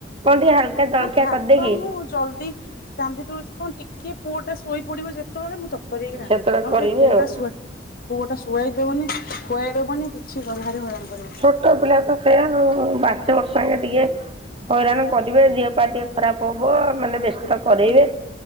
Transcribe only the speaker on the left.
ହଁ ଭାତ
ମୁଁ ଜଲ୍ଦି ରାନ୍ଧି ଦଉଛି କଣ ଟିକିଏ ପୁଅଟା ଶୋଇ ପଡିବ ଯେତେବେଳେ ମୁଁ ତ ତରିଆକି ରାନ୍ଧି
ଦିଏ ନହେଲେ
ଏଇ ପୁଅଟା
ଶୁଆ ପୁଅଟା ଶୁଆଇଦେଉନି ଖୁଆଇଦବନି କିଛି କରିପାରି ଭାରି ହଇରାଣ କରିବ।